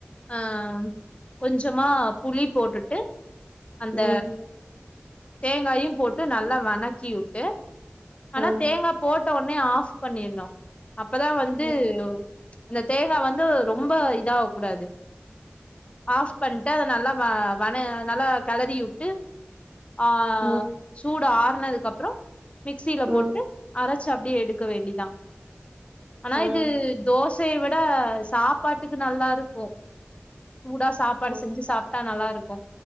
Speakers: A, on the left; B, on the right.
A: ஆ கொஞ்சமா புளி போட்டுட்டு அந்த
B: ம்.
A: தேங்காயு போட்டு நல்லா வணக்கி வுட்டு ஆனா
B: ஆ.
A: தேங்கா போட்ட ஒனே ஆஃப் பண்ணிரணு அப்பதா வந்து
B: ம்.
A: அந்த தேங்கா வந்து ரொம்ப இதாவ கூடாது ஆஃப் பண்ட்டு அத நல்லா வ வன நல்லா களறி விட்டு ஆ
B: ம்.
A: சூடாறுனதுகக்கப்பற மிக்சில போட்டு
B: ம்.
A: அரச் அப்டி எடுக்க வேண்டிதா ஆனா
B: ஆ.
A: இது தோசையை வி ட சாப்பாட்டுக்கு நல்லாருக்கு சூடா சாப்பாடு
B: ஓ.
A: செஞ்சு சாப்ட்டா நல்லாருக்